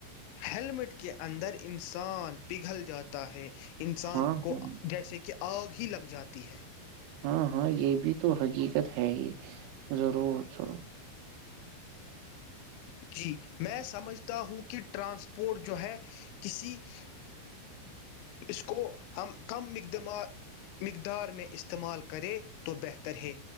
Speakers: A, on the left; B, on the right.
A: ہیلمٹ کے اندر انسان پگھل جاتا ہے انسان
B: ہاں
A: کو
B: ہاں
A: جیسے کہ آگ ہی لگ جاتی ہے
B: ہاں ہاں یہ بھی تو حقیقت ہے ہی ضرور ضرور
A: جی <unintelligible> میں سمجھتا ہوں کہ ٹرانسپورٹ جو ہے کسی <unintelligible> اس کو ہم کم مقدمات مقدار میں استعمال کرے تو بہتر ہے